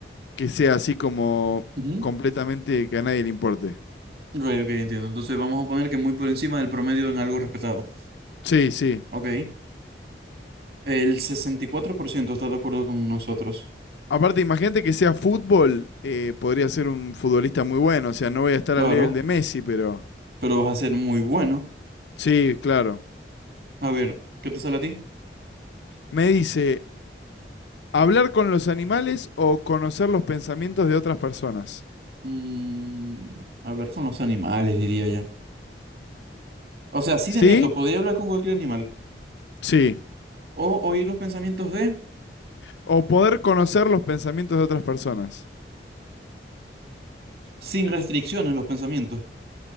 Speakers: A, on the left; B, on the right.
A: que sea así como
B: Ujú.
A: completamente que a nadie le importe.
B: Ok, ok, entiendo. Entonces vamos a poner que muy por encima del promedio en algo respetado.
A: Sí, sí.
B: Ok. El 64% está de acuerdo con nosotros.
A: Aparte, imagínate que sea fútbol, eh, podría ser un futbolista muy bueno. O sea, no voy a estar
B: Claro,
A: al nivel de Messi, pero...
B: pero vas a ser muy bueno.
A: Sí, claro.
B: A ver, ¿qué te sale a ti?
A: Me dice, Hablar con los animales o conocer los pensamientos de otras personas.
B: Mm, hablar con los animales, diría ya. O sea, así
A: ¿Sí?
B: de neto, podría hablar con cualquier animal.
A: Sí.
B: O oír los pensamientos de,
A: O poder conocer los pensamientos de otras personas.
B: sin restricciones, los pensamientos.